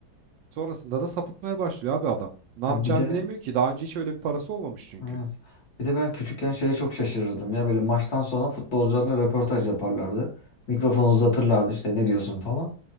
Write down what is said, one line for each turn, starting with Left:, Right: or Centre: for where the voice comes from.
Right: sonrasında da sapıtmaya başlıyor abi adam. Ne
Left: Ya
Right: yapacağını
Left: bir de
Right: bilemiyor ki daha önce hiç öyle bir parası olmamış çünkü.
Left: Evet. Bir de ben küçükken şeye çok şaşırırdım ya böyle maçtan sonra futbolcularla röportaj yaparlardı. Mikrofonu uzatırlardı işte ne diyorsun falan.